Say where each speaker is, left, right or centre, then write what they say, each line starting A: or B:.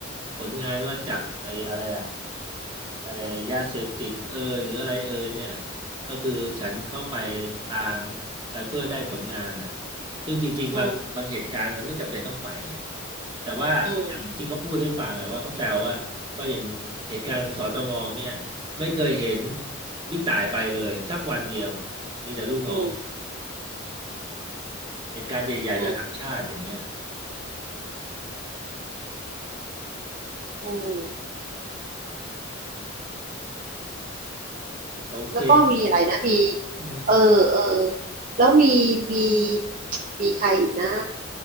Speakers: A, on the right (about 25°); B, on the right (about 40°).
A: ผลงานว่าจับไอ้อะไรอ่ะ เอ่ยาเสพติดเอยหรืออะไรเอยเนี่ยก็คือฉันเข้าไปตามไปเพื่อได้ผลงานอ่ะซึ่งจริงๆบางบางเหตุการณ์มันไม่จำเป็นต้องไปอ่ะ
B: อืม
A: แต่ว่าอย่างที่เขาพูดให้ฟังอ่ะว่าเขาแซวว่าว่าอย่างเหตุการณ์ของสตงเนี่ยไม่เคยเห็น
B: อืม
A: บิ๊กต่ายไปเลยสักวันเดียวมีแต่ลูกน้อง
B: อืม
A: เหตุการณ์ใหญ่ๆระดับชาติอย่างเงี้ย
B: อืมอืม
A: โอเค
B: แล้วก็มีอะไรนะมี
A: อืม
B: เออเออแล้วมีมีมีใครอีกนะ